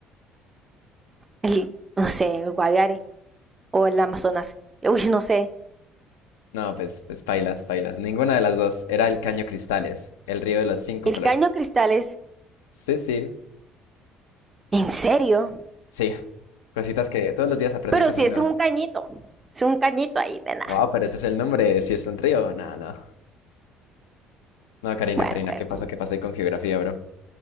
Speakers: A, on the right; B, on the left.
A: El, no sé, el Guaviare. o el Amazonas. Uy, no sé.
B: No, pues, pues pailas, pailas. Ninguna de las dos. Era el Caño Cristales, el río de los cinco
A: El
B: colores.
A: caño cristales,
B: Sí, sí,
A: ¿en serio?
B: sí. Cositas que todos los días aprenden
A: Pero
B: cosas
A: si es
B: nuevas.
A: un cañito, es un cañito ahí de nada.
B: Wow, pero ese es el nombre, si es un río. No, no. No, Karina,
A: Bueno,
B: Karina,
A: bueno,
B: ¿qué pasó? ¿Qué pasó ahí con geografía, bro?